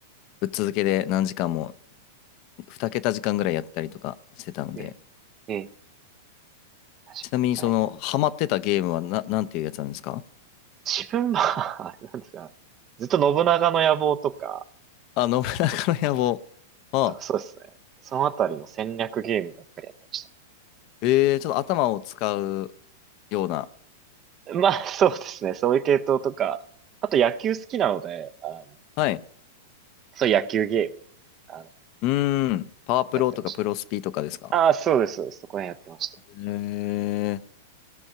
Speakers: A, on the left; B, on the right.
A: ぶっ続けで何時間も、二桁時間ぐらいやったりとかしてたので、
B: ね、ね、確かに。
A: ちなみにその、
B: はい
A: ハマってたゲームはな、
B: うん
A: なんていうやつなんですか
B: 自分は <laughs> あれなんですか。ずっと信長の野望とか、
A: あ、信長の野望。あ、
B: とかそうですね。そのあたりの戦略ゲームばっかりやってまし
A: えー、ちょっと頭を使うような。
B: た。まあ、そうですね。そういう系統とか、あと野球好きなので、あの、
A: はい。
B: そういう野球ゲーム、あの、
A: うーん。パワープロとかプロスピとかですか
B: やってました。ああ、そうです、そうです。そこら辺やってました。
A: えー。